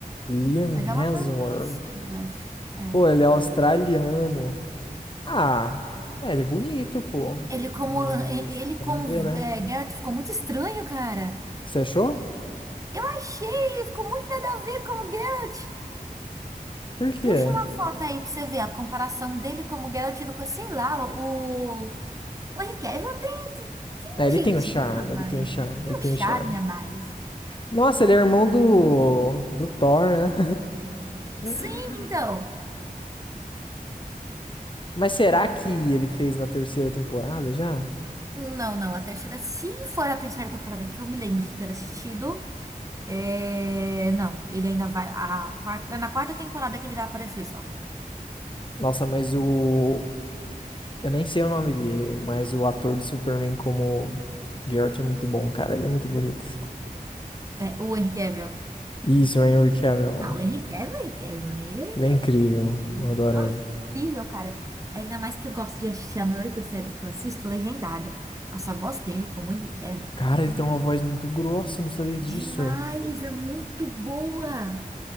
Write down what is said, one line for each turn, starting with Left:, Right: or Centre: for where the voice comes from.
Left: Liam
Right: Mas é
Left: Hemsworth.
Right: um ator conhecido, eu acho. É.
Left: Pô, ele é australiano. Ah, é, ele é bonito, pô.
Right: Ele como,
Left: Mas,
Right: ele como
Left: vamos ver, né?
Right: é, Geralt ficou muito estranho, cara.
Left: Você achou?
Right: Eu achei, ficou muito nada a ver como Geralt.
Left: Por quê?
Right: Puxa uma foto aí pra você ver a comparação dele como Geralt do que, sei lá, o. O Henry Cavill tem, tem
Left: É, ele
Right: um jeitinho
Left: tem o charme,
Right: a mais,
Left: ele tem o charme,
Right: né? Tem
Left: ele tem
Right: um charme
Left: o charme.
Right: a mais.
Left: Nossa, ele é irmão do, do Thor, né?
Right: Sim,
Left: <laughs>
Right: então.
Left: Mas será que ele fez na terceira temporada já?
Right: Não, não, a terceira, se for a terceira temporada que eu me lembro de ter assistido, é... não, ele ainda vai. A quarta, é na quarta temporada que ele vai aparecer só.
Left: Nossa, mas o, Eu nem sei o nome dele, mas o ator do Superman como Garrett é muito bom, cara. Ele é muito bonito.
Right: É, o Henry Cavill.
Left: Isso, o Henry Cavill.
Right: Ah, o Henry Cavill, é o Henry Cavill, né? Ele é
Left: Ele é incrível.
Right: E,
Left: Eu adoro
Right: Nossa,
Left: ele.
Right: é incrível, cara. Ainda mais que eu gosto de assistir a maioria das séries que eu assisto legendada. Nossa, a voz dele, como ele quer, meu.
Left: Cara, ele
Right: Hum,
Left: tem uma voz muito grossa, eu não sabia disso.
Right: Demais, é muito boa.